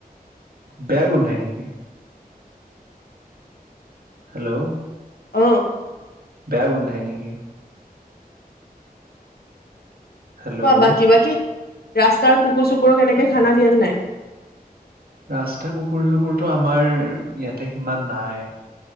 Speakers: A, on the right (about 70°); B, on the left (about 85°).
A: বেয়া গোন্ধাই নেকি? হেল্ল'?
B: অ।
A: বেয়া গোন্ধাই নেকি? হেল্ল'
B: কোৱা বাকি বাকি। ৰাস্তাৰ কুকুৰ চুকুৰক কেনেকে খানা দিয়ে নাই?
A: ৰাস্তা কুকুৰ চুকুৰতটো আমাৰ ইয়াতে সিমান নাই।